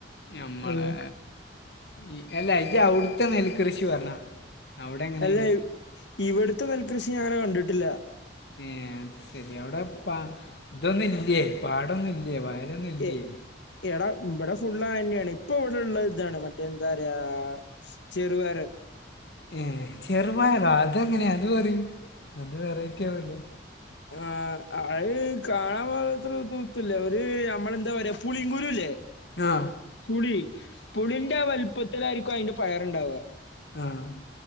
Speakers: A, on the left; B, on the left.
A: ഞമ്മളേ
B: ഉം
A: ഇ എല്ല ഇജ് അവിട്ത്തെ നെൽ കൃഷി പറഞ്ഞ അവിടെ എങ്ങനെയാണ്
B: അല്ല ഇവിടുത്തെ നെൽകൃഷി ഞാനങ്ങനെ കണ്ടിട്ടില്ല
A: ഏ അത് ശെരി അവിടെ പ ഇതൊന്നും ഇല്ലേ പാടൊന്നുംല്ലേ വയലൊന്നും ഇല്ലേ
B: എ എടാ ഇവിടെ ഫുള്ള് അയന്നെണ് ഇപ്പോവിടെള്ള താണ് മറ്റേ എന്താറയാ ചെറുവയർ
A: ഏ ചെറുപയറോ അതെങ്ങനേ അത് പറിം അത് വെറൈറ്റി ആവല്ലോ
B: ആ അ ഔ കാണാൻ <unintelligible> പോത്ര ത്തുല്ലാ ഒര് നമ്മളെന്താപറയാ പുളിങ്കുരുല്ലേ
A: ആ
B: പുളി പുളിന്റെ ആ വലുപ്പത്തിലായിരിക്കും അയിന്റെ പയറ്ണ്ടാവ
A: ആഹ്